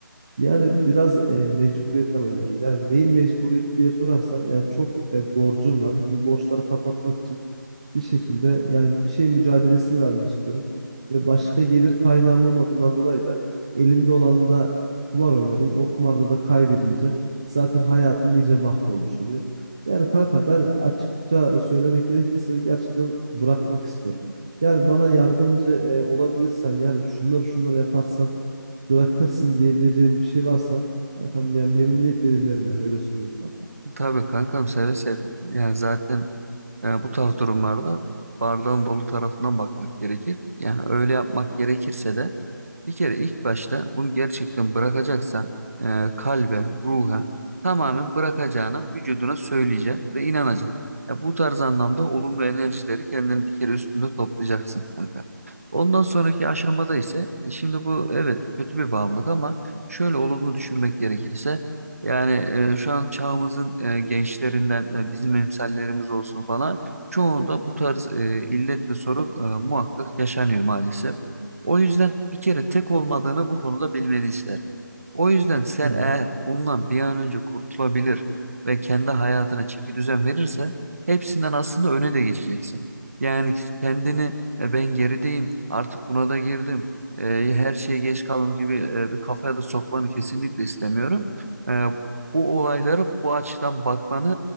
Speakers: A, on the right; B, on the right.
A: Yani biraz e, mecburiyetten oynuyorum. Yani neyin mecburiyeti diye sorarsan yani çok e, borcum var. Bu borçları kapatmak için bir şekilde yani bir şey mücadelesini vermek istiyorum. Ve başka gelir kaynağım olmadığından dolayı da elimde olan da kumar oynarım. O kumarda da kaybedince zaten hayatım iyice mahvolmuş oluyor. Yani kanka ben açıkça söylemek gerekirse gerçekten bırakmak istiyorum. Yani bana yardımcı e, olabilirsen yani şunları şunları yaparsan bırakırsın diyebileceğin bir şey varsa kankam yani memnuniyetle dinlerim yani öyle söyleyeyim sana.
B: Tabii kankam seve seve. Yani zaten e, bu tarz durumlarda bardağın dolu tarafından bakmak gerekir. Yani öyle yapmak gerekirse de bir kere ilk başta bunu gerçekten bırakacaksan e, kalbe, ruha tamamen bırakacağını vücuduna söyleyeceksin ve inanacak. Ya bu tarz anlamda olumlu enerjileri kendini bir kere üstünde toplayacaksın kanka. Ondan sonraki aşamada ise e, şimdi bu evet kötü bir bağımlılık ama şöyle olumlu düşünmek gerekirse yani e, şu an çağımızın e, gençlerinden e, bizim emsallerimiz olsun falan çoğunda bu tarz e, illet ve sorun e, muhakkak yaşanıyor maalesef. O yüzden bir kere tek olmadığını bu konuda bilmeni isterim. O yüzden sen
A: Eyvallah.
B: eğer bundan bir an önce kurtulabilir ve kendi hayatına çeki düzen verirsen hepsinden aslında öne de geçeceksin. Yani kendini e, ben gerideyim artık buna da girdim e, her şeye geç kaldım gibi e, bir kafaya da sokmanı kesinlikle istemiyorum. Ee, bu olaylara bu açıdan bakmanı